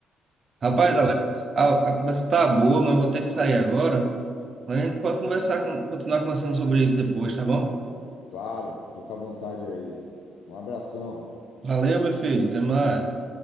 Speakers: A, on the right; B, on the left.
A: Rapaz,
B: você,
A: Alex, a, a conversa tá boa, mas eu vou ter que sair agora. A gente pode conversar, con- continuar conversando sobre isso depois, tá bom?
B: claro, fica à vontade aí. Um abração.
A: Valeu, meu filho. Até mais.